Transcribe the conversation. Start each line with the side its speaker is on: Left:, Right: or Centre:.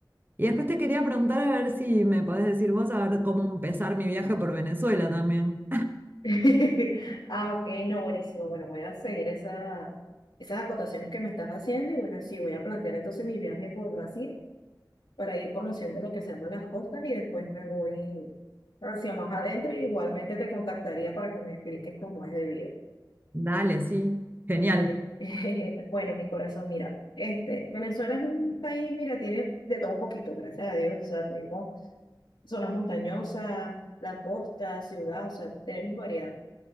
Right: Y después te quería preguntar a ver si me podés decir vos a ver cómo empezar mi viaje por Venezuela también.
Left: <laughs> Ah, ok, no, buenísimo. Bueno, voy a seguir esa, esas acotaciones que me estás haciendo y bueno, sí, voy a plantear entonces mi viaje por Brasil para ir conociendo lo que se llaman las costas y después me voy hacia más adentro y igualmente te contactaría para que me expliques cómo es debido.
Right: Dale, sí, genial.
Left: Mire, <laughs> bueno, mi corazón, mira, este, Venezuela es un país, mira, tiene de todo un poquito, gracias a Dios, o sea, tenemos zonas montañosas, la costa, ciudad, o sea, tenemos variedad.